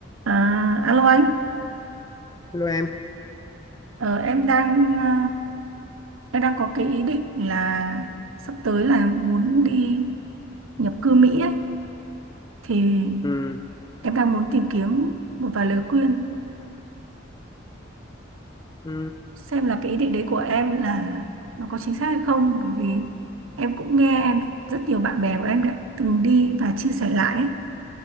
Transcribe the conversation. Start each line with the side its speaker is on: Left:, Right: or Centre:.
Right: À, alo anh,
Left: Hello em.
Right: ờ, em đang ờ, em đang có cái ý định là sắp tới là muốn đi nhập cư Mỹ ấy. Thì
Left: Ừ,
Right: em đang muốn tìm kiếm một vài lời khuyên
Left: ừ,
Right: xem là cái ý định đấy của em là nó có chính xác hay không bởi vì em cũng nghe em rất nhiều bạn bè của em đã từng đi và chia sẻ lại ấy.